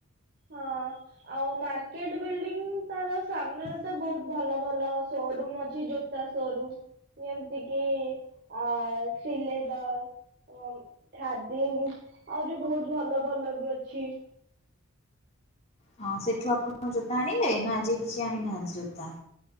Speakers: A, on the right; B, on the left.
A: ହଁ। ଆଉ ମାର୍କେଟ ବିଲ୍ଡିଂ ତାର ସାମ୍ନାରେ ତ ବହୁତ ଭଲ ଭଲ ସୋରୁମ ଅଛି ସୋରୁମ୍ ଯେମିତି କିି ଅ ଶ୍ରୀଲେଦର। ଏବଂ ଖାଦିମ ଆହୁରି ବହୁତ ଭଲ ଭଲ ବି ଅଛି।
B: ହଁ ସେଠୁ ଆପଣଙ୍କ ଜୋତା ଆଣିଲେ ନା ଆଜି କିଛି ଆଣିନାହାନ୍ତି ଜୋତା?